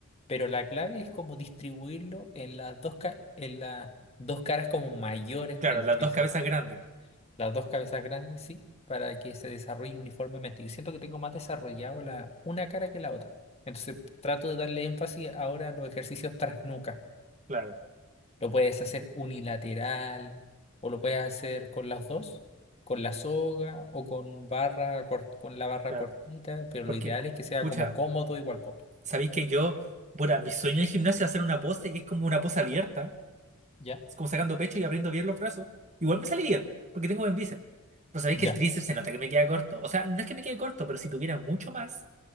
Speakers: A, on the left (about 30°); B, on the right (about 35°).
A: Pero la clave es como distribuirlo en las dos, ca- en las dos caras como mayores
B: Claro,
A: del
B: las
A: tríceps.
B: dos cabezas grandes.
A: las dos cabezas grandes, sí, para que se desarrolle uniformemente. Yo siento que tengo más desarrollado la una cara que la otra. Entonces trato de darle énfasis ahora a los ejercicios tras nuca.
B: Claro,
A: Lo puedes hacer unilateral o lo puedes hacer con las dos, con la soga o con barra cor- con la barra
B: claro.
A: cortita, pero
B: Porque,
A: lo ideal es que sea
B: pucha,
A: como cómodo igual po.
B: sabéis que yo, bueno, mi sueño en gimnasia es hacer una pose que es como una pose abierta,
A: ¿Ya?
B: es como sacando pecho y abriendo bien los brazos. Igual me sale bien, porque tengo buen bíceps. Pero sabéis
A: Ya,
B: que el tríceps se nota que me queda corto. O sea, no es que me quede corto, pero si tuviera mucho más,